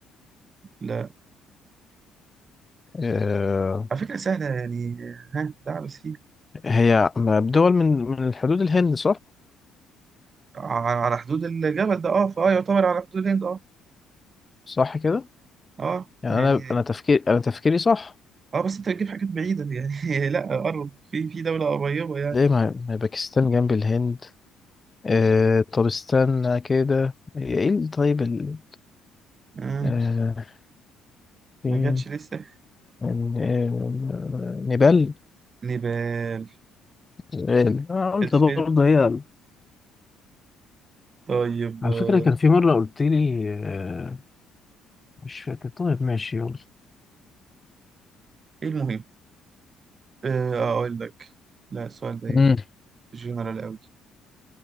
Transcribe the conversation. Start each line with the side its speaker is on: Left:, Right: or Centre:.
Right: لا
Left: آه،
Right: على فكرة سهلة يعني ها ده بس فيه
Left: هي بدول من من الحدود الهند صح
Right: ع- على حدود الجبل ده آه فآه يعتبر على حدود الهند آه
Left: صح كده
Right: آه
Left: يعني
Right: يعني
Left: انا انا تفكير انا تفكيري صح
Right: آه بس أنت بتجيب حاجات بعيدة يعني <laughs> لأ قرب في في دولة قريبة يعني
Left: ليه ما ما هي باكستان جنب الهند آه طب استنى كده هي ايه ال- طيب ال-
Right: آه.
Left: آه، فين
Right: ما جاتش لسه
Left: ال- آه، نيبال
Right: نبال
Left: نيبال. انا قلت
Right: اتفيل
Left: برضه هي ال-
Right: طيب
Left: على
Right: آه،
Left: فكرة كان في مرة قلت لي آه، مش فاكر طيب ماشي يلا
Right: ايه المهم آه، آه، اقول لك لا السؤال ده ايه
Left: مم.
Right: جنرال قوي